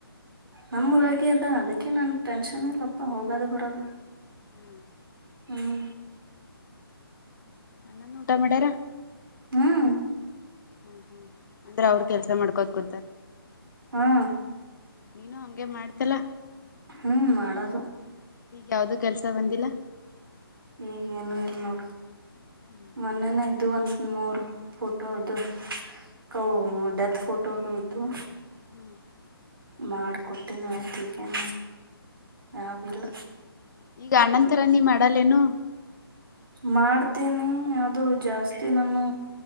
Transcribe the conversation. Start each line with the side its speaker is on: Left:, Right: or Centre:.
Right: ನಮ್ಮ ಉರಾಗ ಅದ ಅದಕ್ಕೆ ನಾನ್ ಟೆನ್ಷನ್ ಇಲ್ಲಪ್ಪ ಹೋಗದು ಬರೋದು
Left: ಹ್ಮ್
Right: ಹ್ಮ್
Left: ನನ್ ಊಟ ಮಾಡ್ಯಾರ
Right: ಹ್ಮ್ಮ್
Left: ಹ್ಮ್ ಹ್ಮ್ ಅಂದ್ರೆ ಅವ್ರರು ಕೆಲ್ಸ ಮಾಡ್ಕೋದ ಕುೂಂತಾರೆ
Right: ಹಾ
Left: ನೀನು ಹಂಗೆ ಮಾಡ್ತಲಾ
Right: ಹ್ಮ್ ಮಾಡದು
Left: ಈಗ ಯಾವ್ದು ಕೆಲ್ಸ ಬಂದಿಲ್ಲ.
Right: ಈಗ ಏನು ಇಲ್ ನೋಡು.
Left: ಹ್ಮ್
Right: ಮೊನ್ನೆನೇ
Left: ಹ್ಮ್
Right: ಇದು ಒಂದ ಮೂರ್ ಫೋಟೋ ಇದವ ಅವು ಡೆತ್ ಫೋಟೋ ಅದ ಇದ್ದವ
Left: ಹ್ಮ್ಮ್
Right: ಮಾಡ್ಕೊಟ್ಟೀನಿ ಆಯ್ತು ಈಗೆನು ಯಾವಿಲ್ಲ.
Left: ಈಗ ಅಣ್ಣಂತರ ನೀ ಮಾಡಲ್ಲೇನು
Right: ಮಾಡ್ತೇನಿ ಅದು ಜಾಸ್ತಿ ನಾನು